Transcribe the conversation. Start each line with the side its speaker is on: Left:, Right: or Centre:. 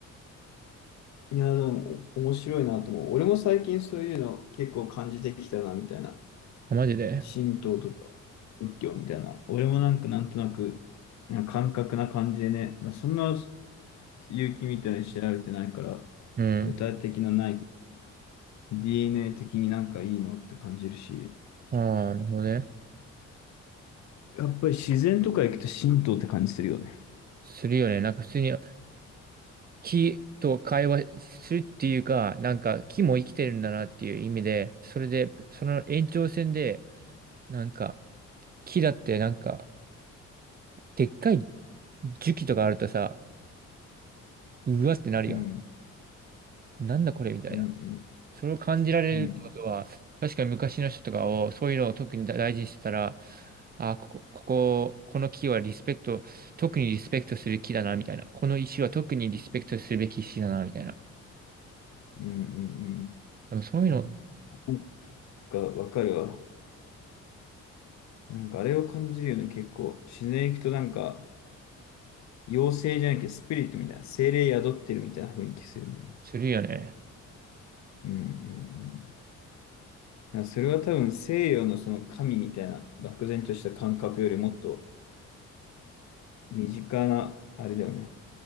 Left: いや、でも、お面白いなと思う。俺も最近そういうの結構感じてきたな、みたいな。
Right: マジで
Left: 神道とか仏教みたいな。俺もなんかなんとなく、なんか感覚な感じでね。まあ、そんな勇気みたいに調べてないから、
Right: うん。
Left: 具体的なない。DNA 的になんかいいのって感じるし。
Right: ああ、なるほどね。
Left: やっぱり自然とか行くと神道って感じするよね。
Right: するよね。なんか普通に木と会話するっていうか、なんか木も生きてるんだなっていう意味で、それで、その延長線で、なんか、木だってなんか、でっかい樹木とかあるとさ、うわってなるやん。
Left: うん。
Right: なんだこれみたいな。
Left: うん
Right: それを感じられるってことは、
Left: うんうん。
Right: 確かに昔の人とかを、そういうのを特に大事にしてたら、あ、ここ、ここ、この木はリスペクト、特にリスペクトする木だな、みたいな。この石は特にリスペクトするべき石だな、みたいな。
Left: うんうんうん。
Right: でもそういうの
Left: なんかわかるわ。なんかあれを感じるよね、結構。自然行くとなんか、妖精じゃなきゃスピリットみたいな、精霊宿ってるみたいな雰囲気するんだよね。
Right: するよね。
Left: うんうんうん。いやそれは多分西洋のその神みたいな、漠然とした感覚よりもっと身近な、あれだよね。